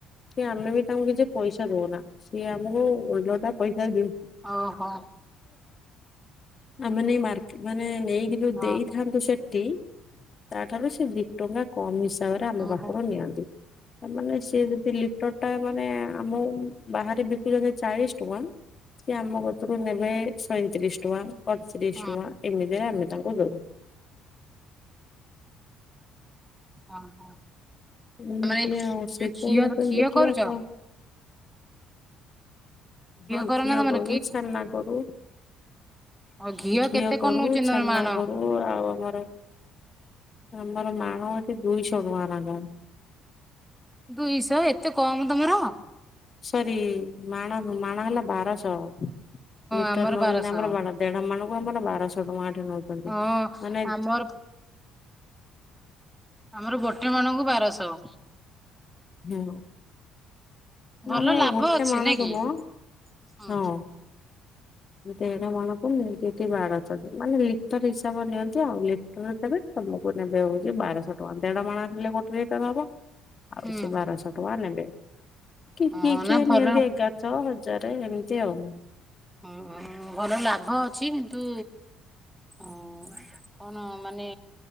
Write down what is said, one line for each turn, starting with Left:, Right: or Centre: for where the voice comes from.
Left: ସିଏ ଆମେ ବି ତାଙ୍କୁ କିଛି ପଇସା ଦଉନା ସିଏ ଓଣ୍ଡଟା ପଇସା ଦଉ
Centre: ଓ ହୋ।
Left: ଆମାନ ମାର୍କ ମାନେ ନେଇକି ଯୋଉ ଦେଇଥାନ୍ତୁ
Centre: ଓହୋ
Left: ସେଠି ତାଠାରୁ ସେ ଦିଇ ଟଙ୍କା କମ୍ ତାପରେ ଆମ
Centre: ଓହୋ
Left: ପାଖରୁ ନିଅନ୍ତି। ତାମାନେ ସିଏ ଯିଦି ଲି ଟା ମାନେ ଆମ ବାହାରେ ବିକୁଚନ୍ତି ଚାଳିଶ ଟଙ୍କା ସେ ଆମ କତରୁ ନେବେ ସଇଁତିରିଶ ଟଙ୍କା। ଅଣତିରିଶ
Centre: ହଁ
Left: ଟଙ୍କା ଏମିତିରେ ଆମେ ତାଙ୍କୁ ଦେଉ।
Centre: ଓହୋ।
Left: ଏମିତି
Centre: ମାନେ
Left: ଆଉ ସେତେବେଳେ
Centre: ଯୋଉ ଘିଅ
Left: <unintelligible>
Centre: ଘିଅ
Left: ଦେଖିବା
Centre: କରୁଛ
Left: କ ହଁ
Centre: କର
Left: ଘିଅ
Centre: ନା ତମର
Left: କରୁ ଛେନା କରୁ।
Centre: ଆଉ
Left: ଘିଅ
Centre: କେତେ କଣ
Left: କରୁ
Centre: ନଉଛନ୍ତି ତମର
Left: ଛେନା
Centre: ମାଣ?
Left: କରୁ ଆଉ ଆମର ଆମର ମାଣ ହୋଉଚି ଦୁଇଶହ ଟଙ୍କା ନାଖା
Centre: ଦୁଇଶହ ଏତେ କମ ତମର।
Left: ସରି ମାଣ ନୁହେଁ ମାଣ ହେଲା ବାରଶହ। ଲିଟର
Centre: ଆମର
Left: ନେଉଛନ୍ତି
Centre: ବାରଶହ
Left: ଆମର ବଡ ଦେଢ ମାଣକୁ <unintelligible> ବାରଶହ ଟଙ୍କା। ନୋଉଚନ୍ତି
Centre: ହଁ
Left: ମାନେ
Centre: ଆମର ଆମର ଗୋଟେ ମାଣଙ୍କୁ ବାରଶହ।
Left: ହଁ
Centre: ଭଲ
Left: ଆମର
Centre: ଲାଭ
Left: ଗୋଟେ
Centre: ଅଛି
Left: ମାଣଙ୍କୁ
Centre: ନାଇଁ କି?
Left: ନୁହ
Centre: ହୁଁ
Left: ହଁ। ଦେଢ ମାଣକୁ ନିଅନ୍ତି ଏଠି ବାରଶହ ମାନେ ଲିଟର ହିସାବ ନିଅନ୍ତି ଆଉ ଲିଟର ହିସାବରେ ପରେ ତମକୁ ନେ ହୋଉଚି ବାରଶହ ଟଙ୍କା ଦେଢ ମାଣା ହେଲେ ଗୋଟେ ଲିଟର ହବ। ଆଉ
Centre: ହୁଁ
Left: ସେ ବାରଶହ ଟଙ୍କା ହାଲୋ। କିଏ
Centre: ଓହୋ
Left: କିଏ
Centre: ନା
Left: କିଏ
Centre: ଭଲ
Left: ନିିଅନ୍ତି ଏଗାରଶହ ହଜା ଚରେ ଏମିତି ଆଉ
Centre: ହଁ ଭଲ ଲାଭ ଅଛି କିନ୍ତୁ ଉଁ କଣ ମାନେ